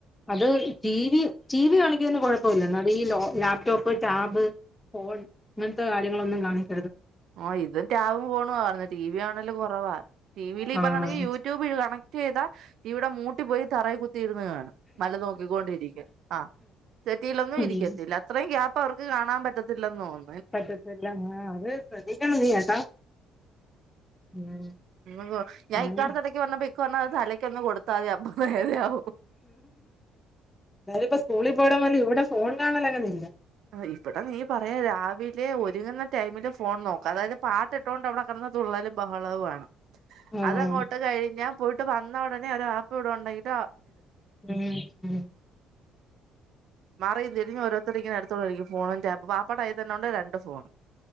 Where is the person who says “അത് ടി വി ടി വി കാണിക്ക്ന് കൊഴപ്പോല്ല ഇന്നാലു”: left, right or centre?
Left